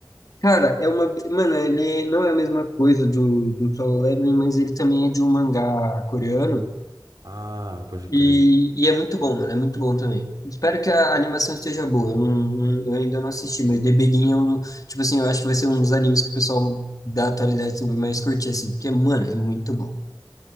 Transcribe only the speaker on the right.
Ah, pode crer.